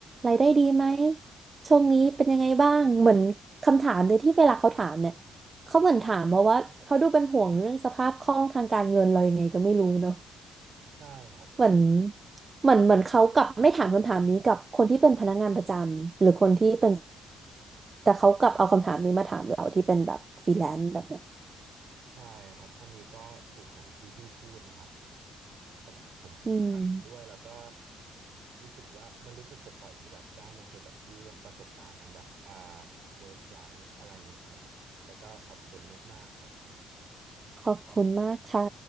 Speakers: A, on the right; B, on the right.
A: รายได้ดีไหมช่วงนี้เป็นยังไงบ้างเหมือนคำถามเลยที่เวลาเขาถามเนี่ยเขาเหมือนถามมาว่าเขาดูเป็นห่วงเรื่องสภาพคล่องทางการเงินเรายังไงก็ไม่รู้เนอะ
B: ใช่ครับ
A: เหมือนเหมือนเหมือนเขากลับไม่ถามคำถามนี้กับคนที่เป็นพนักงานประจำหรือคนที่เป็น แต่เขากลับเอาคำถามนี้มาถามเราที่เป็นแบบฟรีแลนซ์แบบเนี้ย
B: ใช่ครับอันนี้ก็ถูกอย่างที่พี่พูดนะครับ แต่แบบผมผมก็เห็นด้วยแล้วก็
A: อืม
B: รู้สึกว่ามันรู้สึกปลดปล่อยที่แบบได้มาคุยกับพี่เรื่องประสบการณ์ทางแบบอ่า work life อะไรเงี้ยครับผมแต่ก็ขอบคุณมากๆครับพี่
A: ขอบคุณมากค่ะ